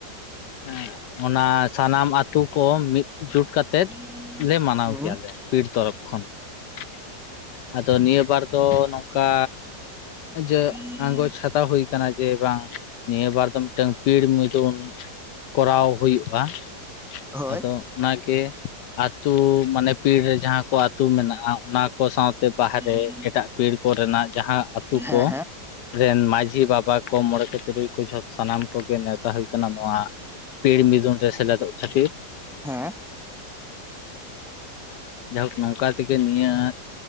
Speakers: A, on the left; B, in the centre.
A: ᱦᱮᱸ ᱾ ᱚᱱᱟ ᱥᱟᱱᱟᱢ ᱟᱹᱛᱩ ᱠᱚ ᱢᱤᱫ ᱡᱷᱩᱴ ᱠᱟ ᱛᱮᱫ
B: ᱦᱮᱸ
A: ᱞᱮ ᱢᱟᱱᱟᱣ
B: ᱦᱩᱸ
A: ᱜᱮᱭᱟᱞᱮ ᱯᱤᱲ ᱛᱚᱨᱚᱯᱷ ᱠᱷᱚᱱ ᱾ ᱟᱫᱚ ᱱᱤᱭᱟᱹ ᱵᱟᱨ ᱫᱚ ᱱᱚᱝᱠᱟ ᱡᱮ
B: ᱦᱮᱸ
A: ᱟᱸᱜᱚᱪ ᱦᱟᱷᱟᱛᱟᱣ ᱦᱩᱭ ᱠᱟᱱᱟ ᱡᱮ ᱵᱟᱝ ᱱᱤᱭᱟᱹᱵᱟᱨ ᱟᱫᱚ ᱢᱤᱫᱴᱟᱹᱝ ᱯᱤᱲ ᱢᱩᱭᱫᱩᱱ ᱠᱚᱨᱟᱣ ᱦᱩᱭᱩᱜᱼᱟ
B: ᱦᱳᱭ
A: ᱟᱫᱚ ᱚᱱᱟᱜᱮ, ᱟᱛᱩ ᱢᱟᱱᱮ ᱯᱤᱲ ᱨᱮ ᱡᱟᱦᱟᱸ ᱠᱚ ᱟᱹᱛᱩ ᱢᱮᱱᱟᱜᱼᱟ ᱚᱱᱟ ᱠᱚ ᱥᱟᱶ ᱛᱮ ᱵᱟᱦᱨᱮ
B: ᱦᱮᱸ
A: ᱮᱴᱟᱜ ᱯᱤᱲ ᱠᱚᱨᱮᱱᱟᱜ ᱡᱟᱦᱟᱸ ᱟᱹᱛᱩ
B: ᱦᱮᱸ
A: ᱠᱚ ᱨᱮᱱ ᱢᱟᱺᱡᱷᱤ ᱵᱟᱵᱟ ᱠᱚ ᱢᱚᱬᱮ ᱠᱚ ᱛᱩᱨᱩᱭ ᱠᱚ ᱡᱷᱚᱛᱚ ᱥᱟᱱᱟᱢ ᱠᱚᱜᱮ ᱱᱮ ᱛᱟ ᱦᱩᱭ ᱠᱟᱱᱟ ᱱᱚᱣᱟ ᱯᱤᱲ ᱢᱤᱫᱩᱱ ᱨᱮ ᱥᱮᱞᱮᱫᱚᱜ ᱠᱷᱟᱹᱛᱤᱨ ᱾
B: ᱦᱮᱸ ᱾
A: ᱡᱟᱦᱩᱠ ᱱᱚᱝᱠᱟ ᱛᱮᱜᱮ ᱱᱤᱭᱟᱹ